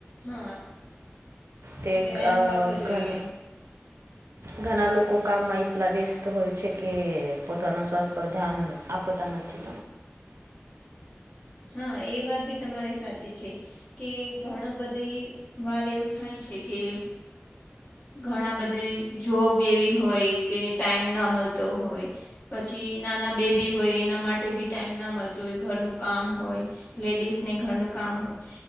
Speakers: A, on the left; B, on the right.
A: હા.
B: તે
A: વ્યાયામ કરવો જોઈએ
B: ઘન ઘણા લોકો કામમાં એટલા વ્યસ્ત હોય છે કે પોતાના સ્વાસ્થ્ય પર ધ્યાન આપતા નથી.
A: હા, એ વાત ભી તમારી સાચી છે. કે ઘણા બધી વાર એવું થાય છે કે ઘણા બધા જોબ એવી હોય કે ટાઈમ ના મળતો હોય. પછી નાના બેબી હોય, એના માટે બી ટાઈમ ના મળતો હોય, ઘરનું કામ હોય, લેડીસ ને ઘરનું કામ હોય.